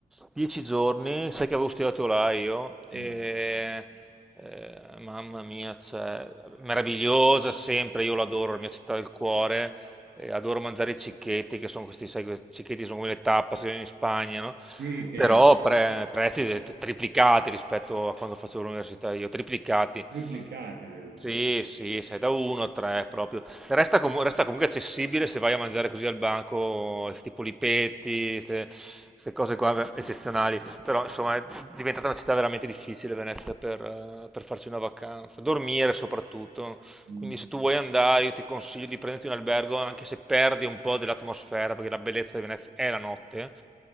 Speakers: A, in the centre; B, on the right (about 75°).
A: dieci giorni, sai che avevo studiato là io, e
B: Mm.
A: eh, mamma mia, cioè, meravigliosa sempre, io l'adoro, la mia città del cuore, eh, adoro mangiare i cicchetti, che sono questi, sai, questi cicchetti sono come le tapas in Spagna, no?
B: Sì, che
A: però pre- prezzi de- triplicati rispetto a quando facevo l'università io, triplicati.
B: triplicati addirittura.
A: Sì, sì, sei da 1 a 3 proprio. Resta, comu- resta comunque accessibile se vai a mangiare così al banco, tipo lipetti, queste cose qua beh, eccezionali. Però insomma è diventata una città veramente difficile Venezia per, eh, per farci una vacanza, dormire soprattutto.
B: Mm,
A: Quindi se tu vuoi andare, io ti consiglio di prenderti un albergo, anche se perdi un po' dell'atmosfera, perché la bellezza di Venezia è la notte,